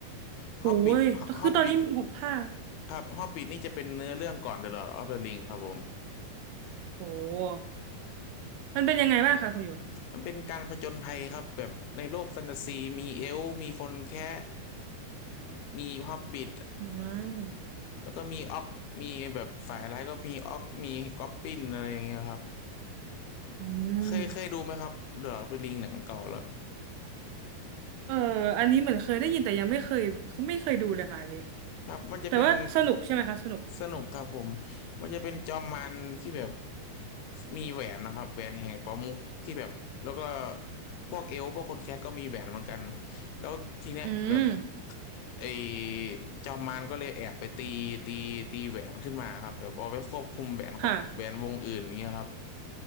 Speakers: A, on the left; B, on the right.
A: Hobbit
B: โอ้ยคือตอนนี้หกภาค
A: Hobbit ครับ Hobbit นี่จะเป็นเนื้อเรื่องก่อน The Lord of the Ring ครับผม
B: โอ้มันเป็นยังไงบ้างคะคุณยู
A: มันเป็นการผจญภัยครับแบบในโลกแฟนตาซีมีเอลฟ์มีคนแค้มีฮอบบิ t
B: อืม
A: แล้วก็มีออกมีแบบฝ่ายร้ายก็มีออกมีก๊อบบินอะไรอย่างเงี้ยครับ
B: อืม
A: เคยเคยดูไหมครับ The Lord of the Ring หนังเก่าแล้ว
B: เอออันนี้เหมือนเคยได้ยินแต่ยังไม่เคยไม่เคยดูเลยค่ะอันนี้
A: ครับมันจะเป็น
B: แต่ว่าสนุกใช่ไหมคะสนุก
A: สนุกครับผมมันจะเป็นจอมมันที่แบบมีแหวนนะครับแหวนแห่งประมุขที่แบบแล้วก็พวกเอลฟ์พวกคนแคระก็มีแหวนเหมือนกันแล้วทีเนี้ยแบบ
B: อืม
A: ไอ้จอมมันก็เลยแอบไปตีตีตีแหวนขึ้นมาครับแบบเอาไปควบคุมแหวนคนแหวนวงอื่นอย่างเงี้ยครับ
B: ค่ะ